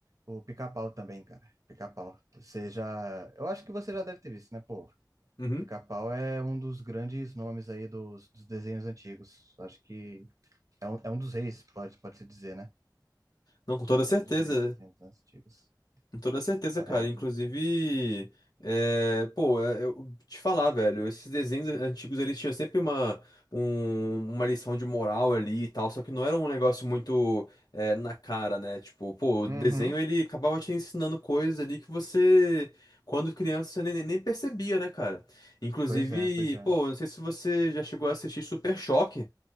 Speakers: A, on the right (about 50°); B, on the left (about 60°).
A: o Pica-Pau também, cara. Pica-Pau. Você já... Eu acho que você já deve ter visto, né, pô?
B: Uhum.
A: Pica-Pau é um dos grandes nomes aí dos, dos desenhos antigos. Acho que é um, é um dos reis, pode, pode-se dizer, né?
B: Não, com toda certeza.
A: É um dos reis dos desenhos antigos.
B: Com toda certeza,
A: Cara,
B: cara.
A: é muito
B: Inclusive,
A: bom.
B: é, pô, é, eu te falar, velho, esses desenhos antigos eles tinham sempre uma, um- uma lição de moral ali e tal, só que não era um negócio muito é, na cara, né? Tipo, pô, o desenho
A: Uhum.
B: ele acabava te ensinando coisas ali que você, quando criança, você nem, nem percebia, né, cara? Inclusive,
A: Pois é, pois é.
B: pô, não sei se você já chegou a assistir Super Choque.